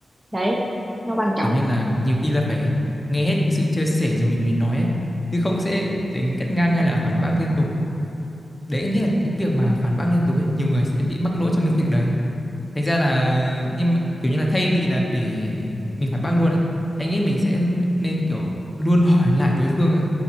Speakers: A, on the right; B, on the left.
A: đấy nó quan trọng
B: kiểu như là nhiều khi là phải nghe hết cái sự chia sẻ rồi mình mới nói ấy chứ không sẽ tránh cắt ngang hay là phản bác liên tục Đấy, anh nghĩ là cái việc mà phản bác liên tục ấy, nhiều người sẽ bị mắc lỗi trong cái việc đấy. Thành ra là nhưng mà kiểu như là thay vì là để mình phản bác luôn ấy, anh nghĩ mình sẽ nên kiểu luôn hỏi lại đối phương á,